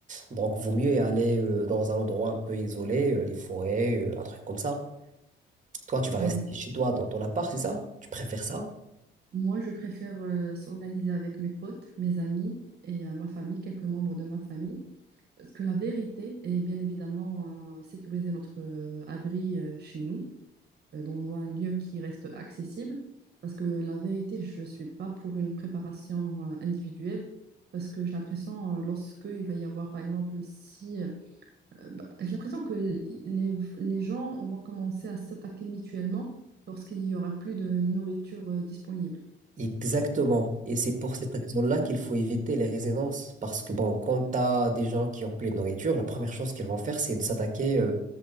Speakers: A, on the right (about 40°); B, on the right (about 55°).
A: Donc, vaut mieux y aller euh, dans un endroit un peu isolé, euh, les forêts, euh, un truc comme ça. Toi, tu vas
B: Ouais.
A: rester chez toi dans ton appart, c'est ça? Tu préfères ça?
B: Moi, je préfère euh, s'organiser avec mes potes, mes amis et euh, ma famille, quelques membres de ma famille. Parce que la vérité est bien évidemment euh, sécuriser notre euh, abri euh, chez nous. euh, dans un lieu qui reste accessible. Parce que la vérité, je ne suis pas pour une préparation euh, individuelle. Parce que j'ai l'impression, euh, lorsque il va y avoir, par exemple, si... euh, bah, j'ai l'impression que l- les, les gens vont commencer à s'attaquer mutuellement lorsqu'il n'y aura plus de nourriture euh, disponible.
A: Exactement. Et c'est pour cette raison-là qu'il faut éviter les résidences. Parce que, bon, quand tu as des gens qui ont plein de nourriture, la première chose qu'ils vont faire, c'est de s'attaquer. euh,